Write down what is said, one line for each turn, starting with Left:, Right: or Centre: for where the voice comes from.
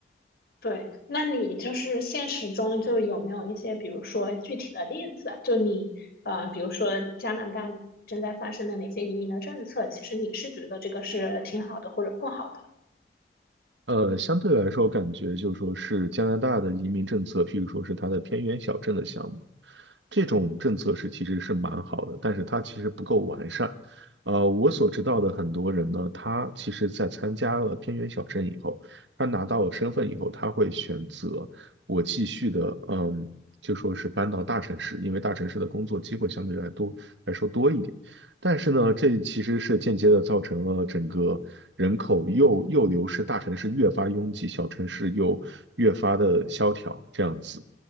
Left: 对，那你就是现实中就有没有一些，比如说具体的例子啊就你呃，比如说加拿大正在发生的哪些移民的政策，其实你是觉得这个是挺好的或者不好的？
Right: 呃，相对来说，感觉就是说是加拿大的移民政策，譬如说是它的偏远小镇的项目，这种政策是其实是蛮好的，但是它其实不够完善。呃，我所知道的很多人呢，他其实在参加了偏远小镇以后，他拿到了身份以后，他会选择我继续的，嗯，就说是搬到大城市，因为大城市的工作机会相对来多来说多一点。但是呢，这其实是间接的造成了整个人口又又流失，大城市越发拥挤，小城市又越发的萧条，这样子。